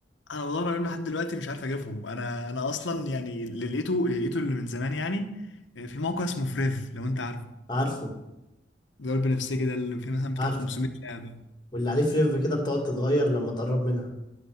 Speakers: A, on the left; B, on the left.
A: أنا بدور عليهم لحد دلوقتي مش عارف أجيبهم أنا أنا أصلا يعني اللي لقيته اللي لقيته اللي من زمان يعني آه في موقع اسمه فريف لو أنت عارفه
B: عارفه
A: ده البنفسجي ده اللي فيه مثلا بتاع
B: عارفه
A: 500 لعبة
B: واللي عليه فريف كده بتقعد تتغير لما تقرب منها